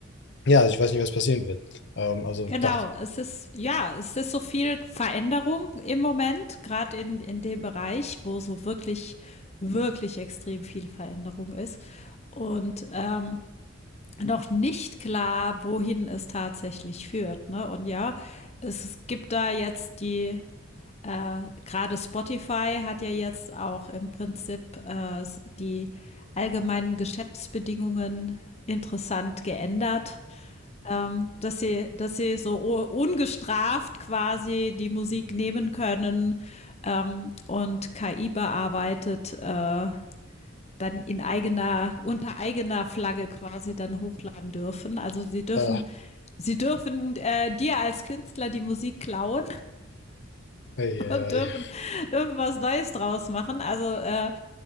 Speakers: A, on the left; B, on the left.
A: ja, also ich weiß nicht, was passieren wird. Ähm, also
B: Genau,
A: dachte,
B: es ist ja, es ist so viel Veränderung im Moment, gerade in in dem Bereich, wo so wirklich, wirklich extrem viel Veränderung ist und, ähm, noch nicht klar, wohin es tatsächlich führt, ne? Und ja, es es gibt da jetzt die äh, gerade Spotify hat ja jetzt auch im Prinzip, äh, die allgemeinen Geschäftsbedingungen interessant geändert ähm, dass sie, dass sie so ungestraft quasi die Musik nehmen können ähm, und KI bearbeitet äh, dann in eigener, unter eigener Flagge quasi dann hochladen dürfen. Also sie dürfen
A: äh,
B: Sie dürfen äh, dir als Künstler die Musik klauen
A: ei,
B: <laughs>
A: ei,
B: und dürfen,
A: ei.
B: dürfen was Neues draus machen. Also äh,